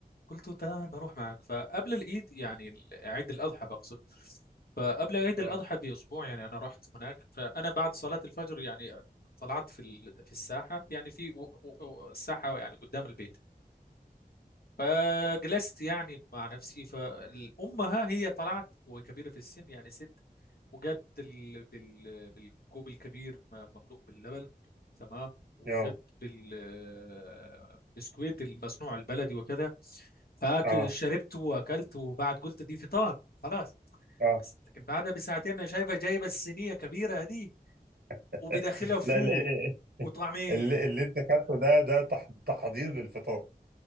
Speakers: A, on the left; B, on the right.
A: قلت له تمام بروح معك فقبل العيد يعني ال- عيد الأضحى بقصد فقبل عيد
B: اه
A: الأضحى بأسبوع يعني أنا رحت هناك فأنا بعد صلاة الفجر يعني طلعت في ال- في الساحة يعني في و- و- و- الساحة يعني قدام البيت فجلست يعني مع نفسي فأمها هي طلعت وكبيرة في السن يعني ست وجت ال... بال... بالكوب الكبير م- مملوء باللبن تمام وجت
B: اه
A: بالبسكويت المصنوع البلدي وكذا فاكل
B: اه
A: شربت واكلت وبعد قلت دي فطار خلاص
B: اه
A: بس لكن بعدها بساعتين انا شايفه جايبه الصينيه كبيره دي
B: <laughs>
A: وبداخلها فول
B: لا ال- ال-
A: وطعميه
B: اللي, اللي انت خدته ده ده تح- تحضير للفطار